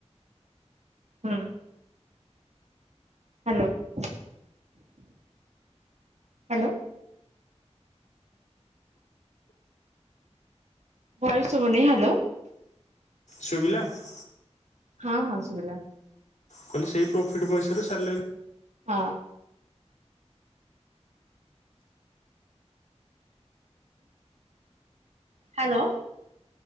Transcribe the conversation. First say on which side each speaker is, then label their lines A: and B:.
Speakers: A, on the right (about 75°); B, on the left (about 85°).
A: ହଁ ହ୍ୟାଲୋ ହ୍ୟାଲୋ ବୟବନି ହ୍ୟାଲୋ
B: ଶୁବିଲା ।
A: ହଁ ହଁ ସୁଭିଲା ।
B: କହିଲେ ସେଇ ପ୍ରଫିଟ୍ ପଇସାରେ ସାରିଲେନି।
A: ହଁ । ହ୍ୟାଲୋ